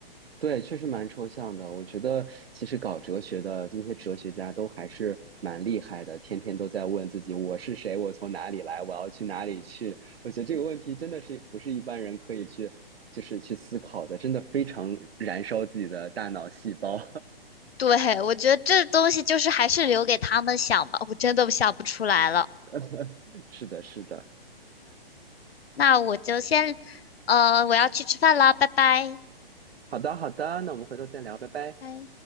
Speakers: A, on the right; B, on the left.
A: 对，确实蛮抽象的。我觉得其实搞哲学的那些哲学家都还是蛮厉害的，天天都在问自己我是谁，我从哪里来，我要去哪里去。我觉得这个问题真的是不是一般人可以去就是去思考的，真的非常燃烧自己的大脑细胞。
B: 对，我觉得这东西就是还是留给他们想吧，我真的想不出来了。嗯
A: <laughs> 是的，是的。
B: 那我就先，呃，我要去吃饭了，拜拜。
A: 好的，好的，那我们回头再聊，拜拜。
B: 拜。